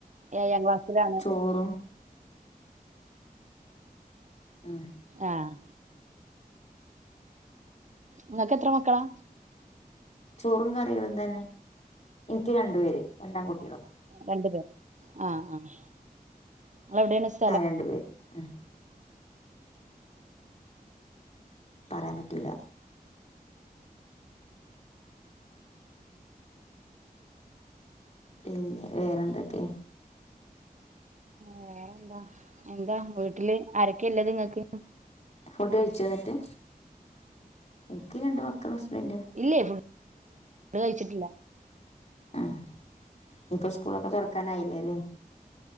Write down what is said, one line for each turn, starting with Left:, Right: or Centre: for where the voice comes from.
Right: ഏയാം ക്ലാസ്സിലാണ്
Left: ചോറും ആഹ്
Right: ആഹ് ഇങ്ങെക്കെത്ര മക്കെളാ
Left: ചോറും കറികളും തന്നെ ഇൻക്ക് രണ്ട് പേര് രണ്ടാങ്കുട്ട്യാള്
Right: രണ്ട് പേർ ആഹ് ആഹ് ങ്ങെളെവ്ടേണ് സ്
Left: ആഹ് രണ്ട് പേര് ഉം പറ്യാൻ പറ്റൂലാ പിന്നെ വേറെന്തൊക്കെ
Right: വേറെന്താ എന്താ വീട്ട്ല് ആരെക്കെല്ലെത് ഇങ്ങെക്ക്
Left: ഫുഡ്ഡ് കഴിച്ചോന്നട്ട് ഇൻക്കീ രണ്ട് മക്കളും ഹസ്ബെന്റും
Right: ഇല്ലേ ഫു ഡ് കയ്ച്ചിട്ടില്ല
Left: ആഹ് ഞ്ഞ്പ്പൊ സ്കൂളൊക്കെ തെറക്കാനായില്ലേലെ